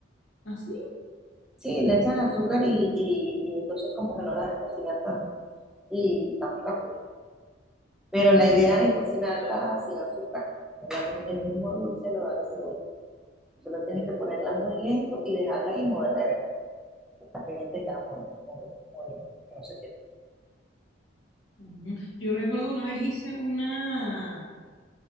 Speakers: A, on the left; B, in the centre.
A: así.
B: Sí, le echan azúcar y, y, y entonces como que no la dejan cocinar tanto y está más rápido. Pero la idea es cocinarla sin azúcar. El, el mismo dulce lo da la cebolla. Solo tienes que ponerla muy lento y dejarla ahí y moverla de vez en cuando. Está pendiente y estará moviendo, moviendo, moviendo. No sé qué.
A: Ujú. Yo recuerdo una vez hice una,